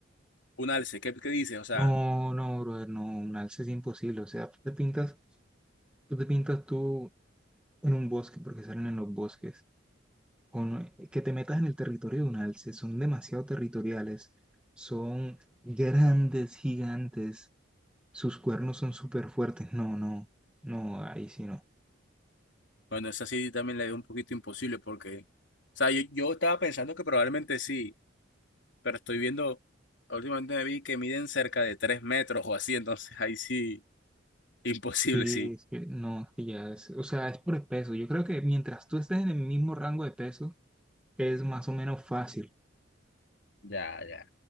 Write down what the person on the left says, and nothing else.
Un alce. ¿Qué, qué dices? O sea...
Bueno, esa sí también la veo un poquito imposible porque, o sea, yo, yo estaba pensando que probablemente sí, pero estoy viendo, últimamente me vi que miden cerca de tres metros o así, entonces ahí sí, imposible,
sí.
Ya, ya.